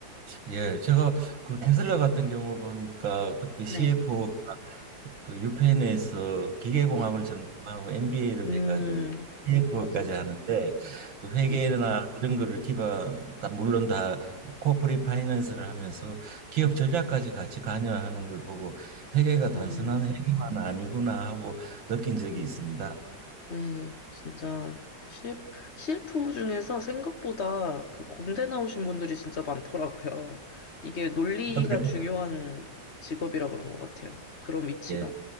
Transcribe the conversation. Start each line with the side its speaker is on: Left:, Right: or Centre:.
Right: 예, 제가 그 테슬라 같은 경우 보니까 그때
Left: 네,
Right: CFO 그 유펜에서 기계공학을
Left: 네.
Right: 전공하고 MBA를
Left: 음,
Right: 해가지고 CFO까지
Left: 맞아요.
Right: 하는데 그 회계나
Left: 네,
Right: 이런 거를 기반 다 물론 다 코퍼리 파이낸스를 하면서 기업 전략까지 같이 관여하는 걸 보고 회계가 단순한
Left: 음,
Right: 회계만 아니구나 하고 느낀 적이
Left: 네.
Right: 있습니다.
Left: 네, 진짜 CF, CF 중에서 생각보다 그 공대 나오신 분들이 진짜 많더라고요. 이게 논리가
Right: <laughs>
Left: 중요한 직업이라 그런 것 같아요. 그런 위치가.
Right: 네. 예.